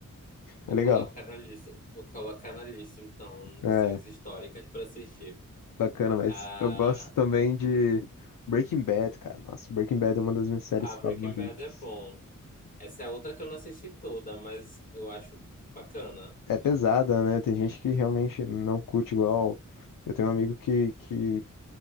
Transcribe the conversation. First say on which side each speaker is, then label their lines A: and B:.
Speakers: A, on the left; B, on the left.
A: Vou
B: É legal.
A: colocar na lista. Vou colocar na lista, então,
B: É.
A: de séries históricas pra assistir.
B: Bacana, mas
A: Ah,
B: eu gosto também de Breaking Bad, cara. Nossa, Breaking Bad é uma das minhas séries
A: a
B: favoritas.
A: Breaking Bad é bom. Essa é outra que eu não assisti toda, mas eu acho bacana.
B: É pesada, né? Tem gente que realmente não curte igual. Eu tenho um amigo que, que